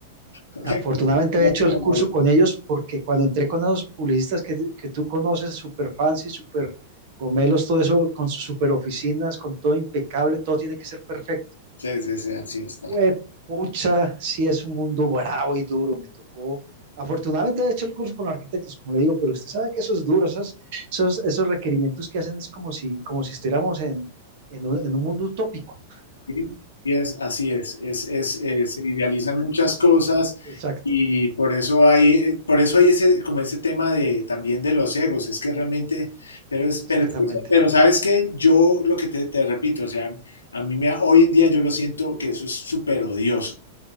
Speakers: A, on the left; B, on the right.
A: <laughs>
B: afortunadamente había hecho el curso con ellos porque cuando entré con esos publicistas que, que tú conoces, super fancy, super gomelos, todo eso con sus super oficinas, con todo impecable, todo tiene que ser perfecto.
A: Sí, sí, sí, así está.
B: Pues, pucha, sí es un mundo bravo y duro, me tocó. Afortunadamente he hecho el curso con arquitectos, como le digo, pero usted sabe que eso es duro, esos, esos, esos requerimientos que hacen es como si, como si estuviéramos en, en un, en un mundo utópico.
A: Sí, y es, así es, es, es, eh, se idealizan muchas cosas
B: Exacto,
A: y por eso hay, eh, por eso hay ese, como ese tema de, también de los egos, es que realmente, pero es,
B: exactamente.
A: pero, es que eso- pero sabes que yo lo que te, te repito, o sea, a mí me, hoy en día yo lo siento que eso es súper odioso,